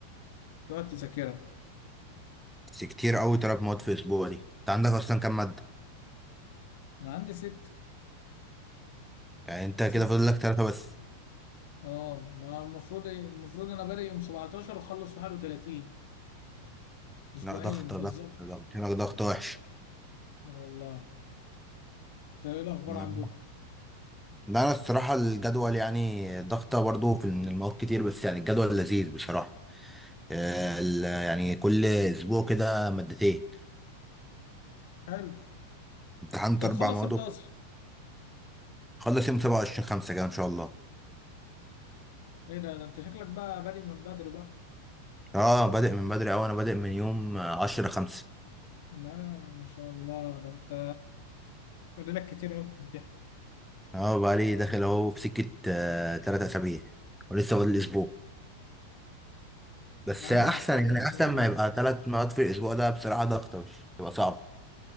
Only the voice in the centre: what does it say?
بس كتير قوي تلات مواد في اسبوع دي انت عندك اصلا كام ماده
يعني انت كده
فاضل لك ثلاثه بس
لا ضغطه
ضغط ضغط هنا ضغط وحش
مم.
لا انا الصراحه الجدول يعني ضغطه برضو في من المواد كتير بس يعني الجدول لذيذ بصراحه آه، ال- يعني كل اسبوع كده مادتين
امتحنت
اربع
مواد
وخلص يوم 27 5 كده ان شاء الله
اه بادئ من بدري اوي انا بادئ من يوم عشرة خمسة
اه بقالي داخل اهو في سكة آه تلات اسابيع ولسه فاضل اسبوع بس
احسن
يعني
احسن
ما يبقى تلات مرات في الاسبوع ده بصراحة ضغط وش تبقى صعب